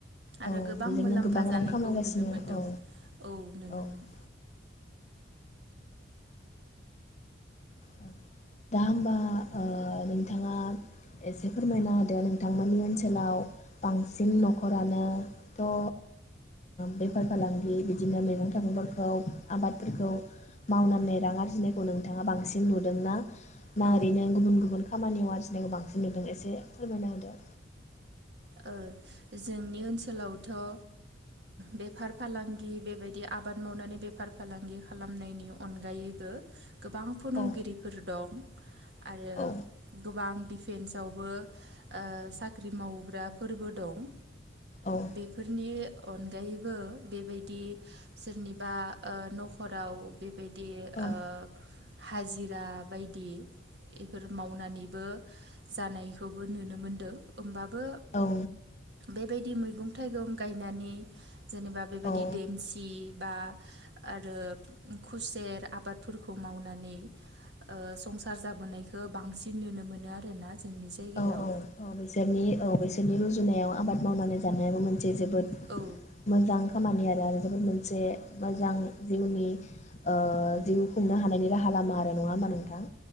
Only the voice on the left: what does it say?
औ
बेजोंनो
गोबां
रां खामायगासिनो
औ
औ
उम दा होमबा ओ नोंथांङा एसे फोरमायना होदो नोंथांमोननि ओनसोलाव बांसिन न'खरानोथ' ओ बेफार फालांगि बिदिनो मैगं-थाइगंफोरखौ आबादफोरखौ मावनानै रां आरजिनायखौ नोंथांङा बांसिन नुदोंना ना
ओरैनो गुबुन गुबुन खामानियाव आरजिनायखौ बांसिन नुदों एसे फोरमायना होदो।
औ
औ
औ
औ
औ
औ
औ औ औ बिसोरनि औ बिसोरनि रुजु जुनाव आबाद मावनानै जानायाबो मोन से जोबोद
मोजां खामानि आरो जोबोद मोनसे मोजां जिउनि ओ जिउ खुंनो हानायनि राहा लामा आरो नङा होमबा नोंथां